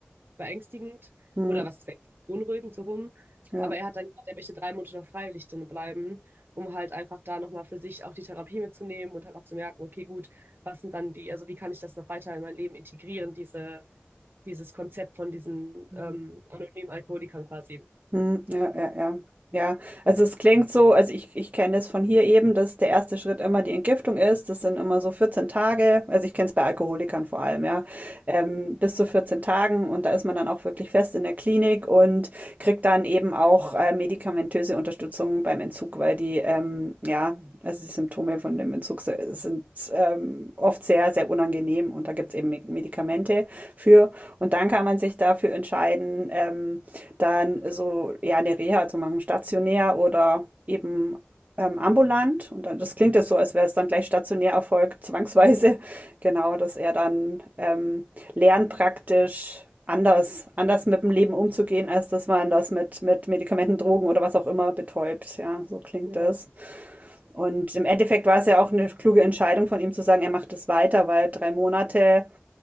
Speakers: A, on the right; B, on the right.
A: beängstigend
B: mm.
A: oder was ist beängstigend, beunruhigend so rum.
B: Ja.
A: Aber er hat dann gesagt, er möchte drei Monate noch freiwillig drin bleiben, um halt einfach da nochmal für sich auch die Therapie mitzunehmen und halt auch zu merken, okay, gut, was sind dann die, also wie kann ich das noch weiter in mein Leben integrieren, diese, dieses Konzept von diesen
B: Mm.
A: ähm, anonymen Alkoholikern quasi.
B: Hm, ja, ja, ja. Ja, also es klingt so, also ich, ich kenne es von hier eben, dass der erste Schritt immer die Entgiftung ist. Das sind immer so 14 Tage, also ich kenne es bei Alkoholikern vor allem, ja, ähm, bis zu 14 Tagen und da ist man dann auch wirklich fest in der Klinik und kriegt dann eben auch äh, medikamentöse Unterstützung beim Entzug, weil die, ähm, ja, also die Symptome von dem Entzug se- sind ähm, oft sehr, sehr unangenehm und da gibt es eben Medikamente für. Und dann kann man sich dafür entscheiden, ähm, dann so ja eine Reha zu machen, stationär oder eben ähm, ambulant. Und dann, das klingt jetzt so, als wäre es dann gleich stationär erfolgt, zwangsweise.
A: Ja,
B: <laughs> Genau, dass er dann ähm, lernt praktisch anders, anders mit dem Leben umzugehen, als dass man das mit, mit Medikamenten, Drogen oder was auch immer betäubt. Ja, so klingt
A: ja,
B: das. Und im Endeffekt war es ja auch eine kluge Entscheidung von ihm zu sagen, er macht es weiter, weil drei Monate